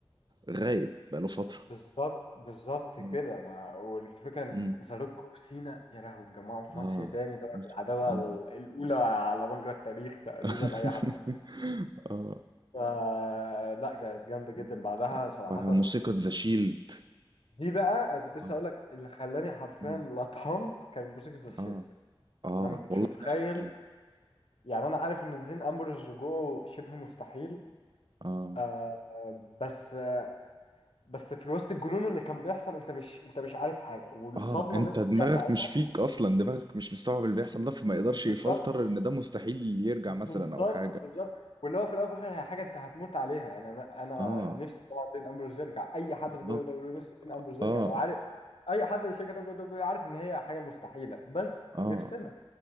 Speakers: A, on the right; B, on the left.
A: غايب بقاله فترة
B: بالظبط بالظبط
A: اه
B: كده ما والفكرة ان
A: مم.
B: زاروك وسينا يا لهوي اتجمعوا في
A: اه
B: ماتش تاني طبعا
A: ماشي.
B: العداوة
A: اه
B: ال- الأولى على مجرى التاريخ تقريبا
A: <laughs>
B: أي حد
A: اه
B: فا لا كانت جامدة
A: مم.
B: جدا بعدها صراحة
A: وبعدها موسيقى ذا شيلد
B: دي بقى كنت لسه
A: اه
B: هقول لك اللي خلاني حرفيا
A: مم.
B: لطمت كان موسيقى ذا شيلد
A: اه اه
B: انا ما كنتش
A: والله
B: متخيل
A: نفس الكلام
B: يعني انا عارف ان دين امبرز رجوعه شبه مستحيل
A: اه
B: آه بس آه بس في وسط الجنون اللي كان بيحصل انت مش انت مش عارف حاجه والصدمه
A: اه انت
B: اللي انت
A: دماغك
B: فيها ساعتها
A: مش فيك اصلا دماغك مش مستوعب اللي بيحصل ده فما يقدرش يفلتر
B: بالظبط
A: ان ده مستحيل يرجع
B: بالظبط
A: مثلا او حاجة
B: بالظبط واللي هو في الاول وفي الاخر هي حاجه انت هتموت عليها يعني انا انا
A: اه
B: نفسي طبعا دين امبرز يرجع اي حد
A: بالظبط
B: في دبليو دبليو نفسه دين امبرز يرجع
A: اه
B: وعارف اي حد في شركه دبليو دبليو عارف ان هي حاجه مستحيله بس
A: اه
B: نفسنا